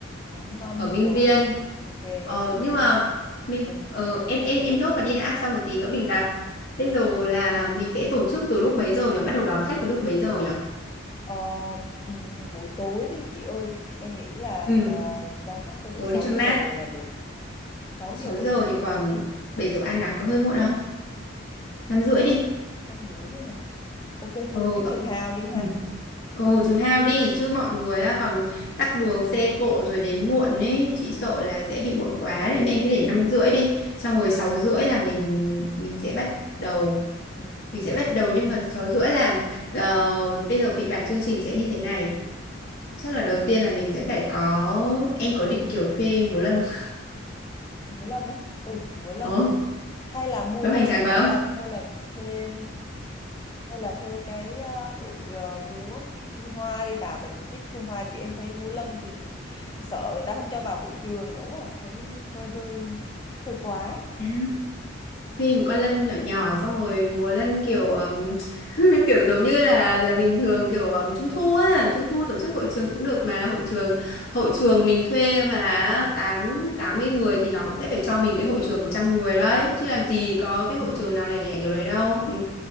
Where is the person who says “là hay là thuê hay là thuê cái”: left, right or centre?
Left